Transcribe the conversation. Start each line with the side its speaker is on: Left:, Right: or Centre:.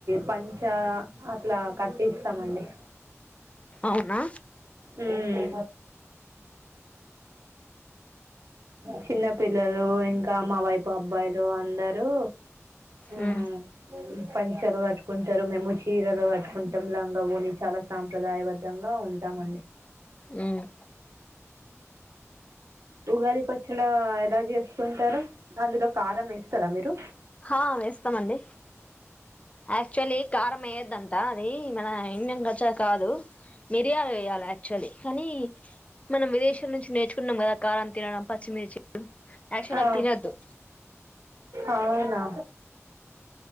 Right: పంచ అట్లా కట్టిస్తామండి
Left: అవునా
Right: ఉమ్ చిన్న పిల్లలు ఇంకా మా వైపు అబ్బాయి అందరూ మ్మ్,
Left: ఆ
Right: పంచలు కట్టుకుంటారు మేము చీరలు కట్టుకుంటాం లాంగా ఓని చాలా సాంప్రదాయబద్దంగా ఉంటామండి
Left: మ్మ్
Right: ఉగాది పచ్చల ఎలా చేసుకుంటారో అందులో కారం వేస్తారా మీరు
Left: ఆ వేస్తామండి యాక్చువల్లీ కారం వేయ్యద్దంట అది మన ఇం చ్చా కాదు మిరియాలు వేయాలి యాక్చువల్లీ కానీ మనం విదేశాల నుంచి నేర్చుకున్నాం కదా కారం తినడం పచ్చిమిర్చి యాక్చువల్లీ
Right: ఆ,
Left: అవి తినొద్దు
Right: అవునా